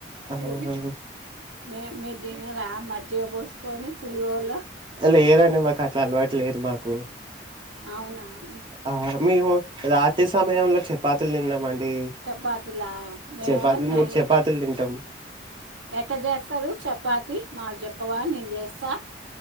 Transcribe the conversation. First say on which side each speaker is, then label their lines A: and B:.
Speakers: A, on the right (about 25°); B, on the right (about 80°).
A: ఆహహ
B: పు మే మీదినరా మజ్జిగ పోసుకొని పుడిగోళ
A: లేదండి మాకట్లా అలవాటు లేదు మాకు కు
B: అవునా. !
A: ఆ మేము రాత్రి సమయంలో చపాతీలు తిన్నాం అండి.
B: చపాతిలా మేము
A: చపాతీలు, మూడు చపాతీలు తింటాం
B: ఎట్ట జేస్తారు చపాతి మాకు జెప్పవా నేను జేస్తా